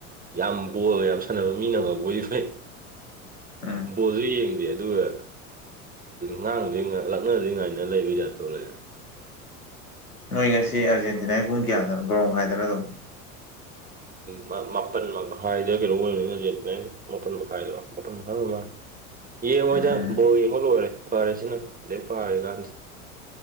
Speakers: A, on the right; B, on the left.
A: ꯌꯥꯝ ꯕꯣꯂꯒ ꯌꯥꯝ ꯁꯥꯟꯅꯕ ꯃꯤꯅꯉꯕ ꯑꯣꯏꯗꯤ ꯐꯩ
B: ꯎꯝ
A: ꯕꯣꯜꯖꯨ ꯌꯦꯡꯗꯦ ꯑꯗꯨꯒ ꯉꯥꯡꯗ꯭ꯔꯤ ꯂꯛꯅꯗ꯭ꯔꯤꯉꯥꯏꯅ ꯂꯩꯕꯗ ꯇꯣ ꯂꯩꯛꯦ <inaudible> <unintelligible>
B: ꯅꯣꯏ ꯉꯁꯤ ꯑꯥꯔꯖꯦꯟꯇꯤꯅꯥꯒꯤ ꯄꯨꯡ ꯀꯌꯥꯗꯅꯣ ꯕꯣꯔꯣꯡ ꯍꯥꯏꯗꯅ ꯑꯗꯨꯝ
A: ꯎ ꯃꯥꯄꯜ ꯃꯈꯥꯏꯗ ꯀꯩꯅꯣ ꯑꯣꯏꯕꯅꯤꯅ ꯍꯧꯖꯤꯅꯦ ꯃꯥꯄꯜ ꯃꯈꯥꯏꯗꯣ ꯃꯥꯄꯜ ꯃꯈꯥꯏ ꯃꯥ <inaudible> <unintelligible> ꯌꯦꯡꯉꯣꯏꯗ
B: ꯎꯝ
A: ꯕꯣ ꯌꯦꯡꯕ ꯂꯣꯏꯔꯦ ꯐꯔꯦꯁꯤꯅꯦꯛ ꯐꯥꯔꯦ ꯀꯥꯟꯁꯤ